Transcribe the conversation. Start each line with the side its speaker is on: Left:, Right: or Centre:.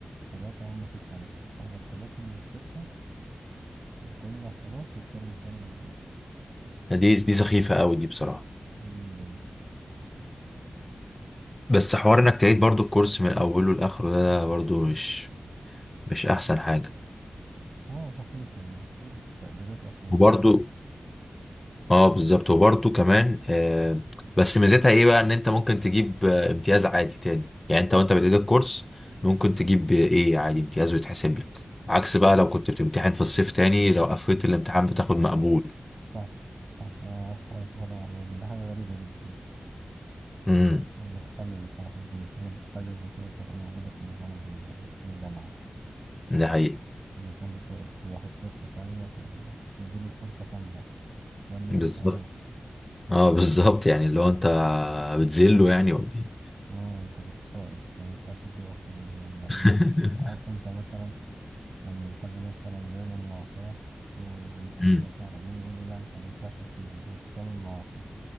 Right: تلاتة هم ستة مثلا تحضر تلاتة من الستة وتنجح خلاص والترم التاني ما تجيش
Left: دي دي سخيفة قوي دي بصراحة
Right: من الدنيا
Left: بس حوار انك تعيد برضو الكورس من اوله لاخره ده ده برضو مش مش احسن حاجة
Right: اه سخيف يعني المفروض التقديرات أصلا
Left: وبرضو
Right: تحت
Left: اه بالظبط وبرضو كمان آه بس ميزتها ايه بقى ان انت ممكن تجيب آه، امتياز عادي تاني يعني انت وانت بتعيد الكورس ممكن تجيب ايه عادي امتياز ويتحسب لك عكس بقى لو كنت بتمتحن في الصيف تاني لو قفلت الامتحان بتاخد مقبول
Right: صح صح آه صحيح طبعا هو ده حاجة غريبة جدا
Left: امم
Right: يعني بتخلل بصراحة مش المفروض حاجة زي كده تبقى موجودة في نظام ال- الجامعة
Left: ده حقيقي
Right: إن حد سقط ياخد فرصة تانية فيديله فرصة كاملة يعني ما
Left: بالظبط
Right: تديهالوش
Left: اه بالظبط يعني لو انت بتذله يعني ولا ايه
Right: اه انت كنت ساقط يعني ما ينفعش تجيب أكتر من يعني
Left: <laughs>
Right: عارف انت مثلا لما بحد مثلا بيعمل معصية و- ويتوب
Left: مم.
Right: مثلا ربنا يقول له لا أنت ما ينفعش تتوب أنت بتعمل معاصي